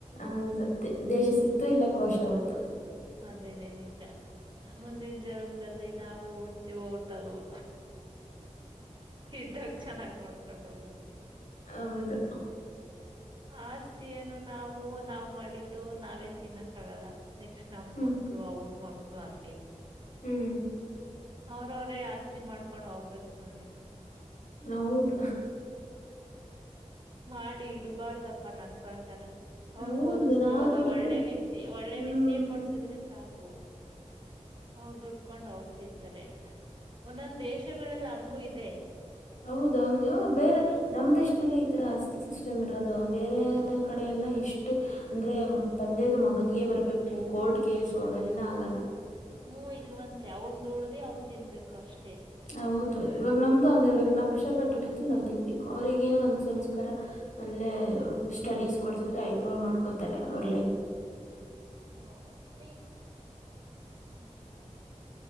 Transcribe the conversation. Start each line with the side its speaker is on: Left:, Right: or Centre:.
Left: ಹೌದು ದೇಶ ಸುತ್ತು ಇಲ್ಲ ಕೋಶ ಓದು
Right: ಅದೇನೆೇ ನಿಜ ಮುಂದಿನ ಜನ್ಮದಲ್ಲಿ ನಾವು ಹುಟ್ಟುತಿವೋ ಹುಟ್ಟಲ್ವೋ ಇದ್ದಾಗ ಚೆನ್ನಾಗಿ ನೋಡ್ಕೊಂಡ್ ಹೋಗೋದು
Left: ಹೌದು.
Right: ಆಸ್ತಿ ಏನು ನಾವು ನಾವ್ ಮಾಡಿದ್ದು ನಾವೇನ್ ತಿನ್ನಕ್ಕಗಲ್ಲ ನೆಕ್ಸ್ಟ್ ನಮ್ಮ
Left: ಹ್ಮ್
Right: ಮಕ್ಳು ಅವ್ರ ಮಕ್ಳು ಹಂಗೆ.
Left: ಹ್ಮ್
Right: ಅವ್ರವ್ರೇ ಆಸ್ತಿ ಮಾಡ್ಕೊಂಡ್ ಹೋಗ್ಬೇಕು ಸುಮ್ಮನೆ
Left: ಹೌದು
Right: ಮಾಡಿ ಇಡುಬರ್ದಪ್ಪಾ ಪ್ಪಾ ನನ್ ಪ್ರಕಾರ ಅವ್ರಿಗೂ
Left: ಹೌದು
Right: ಓದಿಸ್ತೀವಲ್ವಾ
Left: ನಾವು ದುಡ್ದಿದ್
Right: ಒಳ್ಳೆ ವಿದ್ಯೆ ಒಳ್ಳೆ
Left: ಹ್ಮ್
Right: ವಿದ್ಯೆ ಕೊಡ್ಸಿದ್ರೆ ಸಾಕು ಅವ್ರ ದುಡ್ಕೊಂಡ್ ಅವರು ತಿಂತಾರೆ ತ್ತಾರೆ ಒಂದೊಂದ ದೇಶಗಳಲ್ಲಿ ಹಂಗು ಇದೆ
Left: ಹೌದ ಹಂಗ ಬೇರೆ ನಮ್ ದೇಶದಲ್ಲ ಈತರ ಆಸ್ತಿ ಸಿಸ್ಟಮ್ ಇರೋದು ಬೇರೆ ಕಡೆಲ್ಲ ಲ್ಲ ಇಷ್ಟು ಅಂದ್ರೆ ತಂದೆದು ಮಗನ್ಗೆ ಬರ್ಬೇಕು ಕೋರ್ಟ್ ಕೇಸು ಅವೆಲ್ಲಾ ಆಗಲ್ಲ
Right: ಹ್ಮ್ ಇಲ್ವಂತೆ ಅವನ್ ದುಡ್ಡಿ ಅವ್ನ್ ತಿನ್ಬೇಕು ಅಷ್ಟೆ
Left: ಹೌದು ಇವಾಗ ನಮ್ದು ಹಂಗ ಇವಾಗ ನಾವು ಕಷ್ಟಪಟ್ಟ ದುಡ್ಡಿವಿ ನಾವು ತಿನ್ಬೇಕು ಅವ್ರಗೇನು ಒಂದ್ ಸಂಸ್ಕಾರ ಒಳ್ಳೆ ಸ್ಟಡೀಸ್ ಕೊಡ್ಸಿದ್ರೆ ಆಯ್ತು ಅವ್ರು ನೋಡ್ಕೋತಾರೆ ಅವ್ರ ಲೈಫ್
Right: ಹ ಹೇ ಹ್ಮ್ಮ್